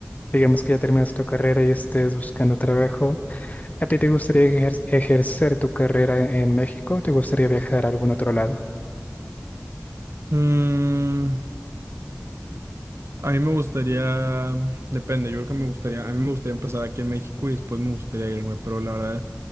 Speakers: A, on the left (about 35°); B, on the right (about 65°).
A: digamos que ya terminas tu carrera y estés buscando trabajo, ¿a ti te gustaría ejer- ejercer tu carrera e-, en México o te gustaría viajar a algún otro lado?
B: Mm, a mí me gustaría, depende, yo creo que me gustaría, a mí me gustaría empezar aquí en México y después me gustaría irme, pero la verdad